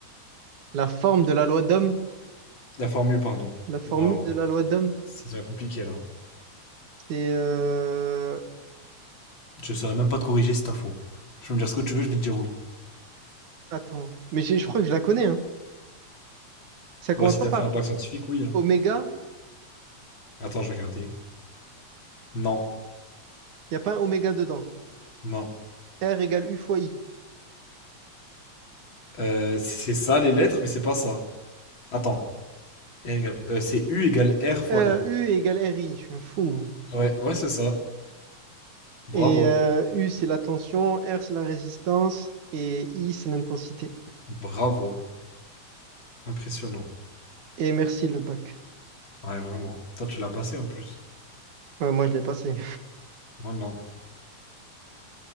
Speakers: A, on the right (about 85°); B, on the left (about 40°).
A: La forme de la loi d'Ohm,
B: La formule, pardon.
A: la formule
B: Waouh,
A: de la loi d'Ohm,
B: c'est déjà compliqué là.
A: c'est euh...
B: Je saurais même pas te corriger si t'as faux. Tu peux me dire ce que tu veux, je vais te dire oui.
A: attends, mais j'ai- je crois que je la connais hein. Ça commence
B: Bah, si
A: pas
B: t'as
A: par
B: fait un bac scientifique, oui, hein.
A: oméga,
B: Attends, je vais regarder. Non,
A: il y a pas un oméga dedans.
B: non.
A: R égale U fois I.
B: Euh, c'est ça les lettres, mais c'est pas ça. Attends. R égale- euh, c'est U égale R fois
A: Euh,
B: I.
A: U égale R I, je suis un fou moi.
B: Ouais, ouais, c'est ça. Bravo.
A: Et euh, U c'est la tension, R c'est la résistance et I c'est l'intensité.
B: Bravo. Impressionnant.
A: Et merci le bac.
B: Ouais, vraiment. Toi, tu l'as passé en plus.
A: Ouais, moi je l'ai passé.
B: Moi, non.